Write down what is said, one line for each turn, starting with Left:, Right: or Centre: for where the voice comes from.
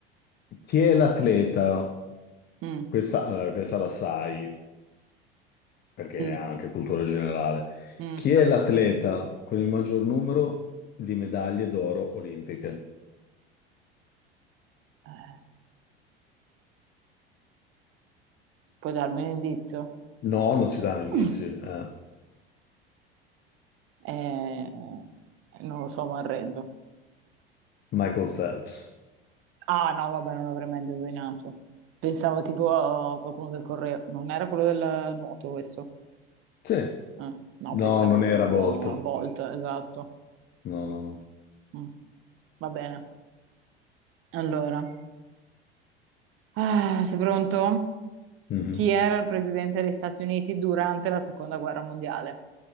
Left: Chi è l'atleta?
Right: Mm,
Left: Questa, allora, questa la sai, perché
Right: mm,
Left: è anche cultura generale.
Right: mm.
Left: Chi è l'atleta con il maggior numero di medaglie d'oro olimpiche?
Right: Eh, puoi darmi un indizio?
Left: No, non si danno indizi.
Right: <laughs>
Left: eh.
Right: Eh, non lo so, mi arrendo.
Left: Michael Phelps.
Right: Ah, no, vabbè, non l'avrei mai indovinato. Pensavo tipo a qualcuno che correva. Non era quello del nuoto questo?
Left: Sì.
Right: Eh, no,
Left: No,
Right: pensavo
Left: non
Right: tipo
Left: era Bolt.
Right: a Bolt, esatto.
Left: No, no, no.
Right: Mm, Va bene. Allora, ah, sei pronto?
Left: Mhm.
Right: Chi era il presidente degli Stati Uniti durante la seconda guerra mondiale?